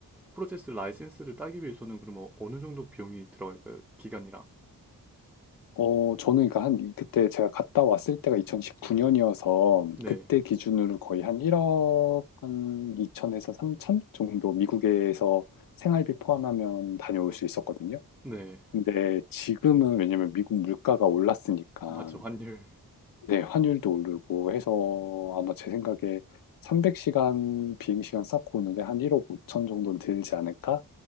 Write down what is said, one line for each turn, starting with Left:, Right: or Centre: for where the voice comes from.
Centre: 프로세스 라이센스를 따기 위해서는 그러면 어느 정도 비용이 들어갈까요? 기간이랑.
Left: 어, 저는 그러니까 한, 그때 제가 갔다 왔을 때가 2019년이어서
Centre: 네.
Left: 그때 기준으로 거의 한 1억 한 2천에서 3천 정도 미국에서 생활비 포함하면 다녀올 수 있었거든요.
Centre: 네.
Left: 근데 지금은 왜냐면 미국 물가가 올랐으니까
Centre: 아, 맞죠. 환율.
Left: 네, 환율도 오르고 해서 아마 제 생각에 300시간 비행시간 쌓고 오는데 한 1억 5천 정도는 들지 않을까